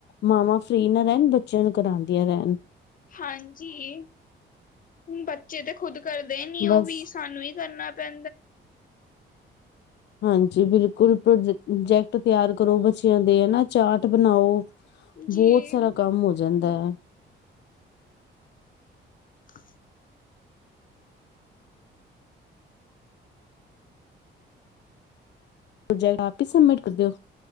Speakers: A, on the left; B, on the left.
A: ਮਾਵਾਂ ਫਰੀ ਨਾ ਰਹਿਣ ਬੱਚਿਆਂ ਨੂੰ ਕਰਾਉਂਦੀਆਂ ਰਹਿਣ
B: ਹਾਂਜੀ ਬੱਚੇ ਤੇ ਖੁਦ ਕਰਦੇ ਨੀ ਉਹ
A: ਬਸ
B: ਵੀ ਸਾਨੂੰ ਹੀ ਕਰਨਾ ਦੇ
A: ਹਾਂਜੀ ਬਿਲਕੁਲ ਪ੍ਰੋ ਪ੍ਰੋਜੈਕਟ ਤਿਆਰ ਕਰੋ ਬੱਚਿਆਂ ਦੇ ਹਨਾ ਚਾਰਟ ਬਣਾਓ
B: ਜੀ।
A: ਬਹੁਤ ਸਾਰਾ ਕੰਮ ਹੋ ਜਾਂਦਾ ਹੈ
B: ਹ
A: ਪ੍ਰੋਜੈਕਟ ਆਪਾ ਹੀ ਸਬਮਿਟ ਕਰ ਦਿਓ